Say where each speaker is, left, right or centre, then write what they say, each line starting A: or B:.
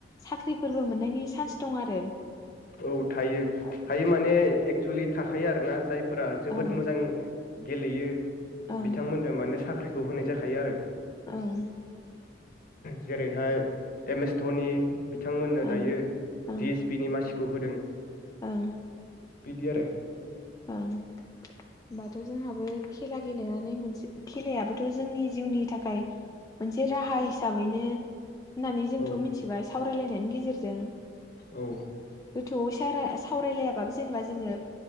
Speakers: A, on the left (about 20°); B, on the left (about 50°).
A: साख्रिफोरबो मोननायनि चान्स दं आरो।
B: औ थायो
A: औ
B: थायो माने एक्सुलि थाखायो आरोना जाय फोरा जोबोद
A: ओं
B: मोजां गेलेयो।
A: ओं
B: बिथांमोननो माने साख्रि बेखौ होनाय जाखायो आरो।
A: ओं
B: जेरैहाय एम एस धनि बिथांमोननो
A: ओं
B: दायो
A: ओं
B: डि एस पि नि मासि खौ होदों।
A: ओं।
B: बिदि आरो।
A: ओं। ओमबाथ' जोंहाबो खेला गेलेनानै मोनसे खेलायाबोथ' जोंनि जिउनि थाखाय मोनसे राहा हिसाबैनो नानै जोंथ'
B: औ
A: मिथिबाय सावरायलायनायनि गेजेरजों।
B: औ।
A: थौवै सारा सावरायलायाबाबो जेनेबा जोङो।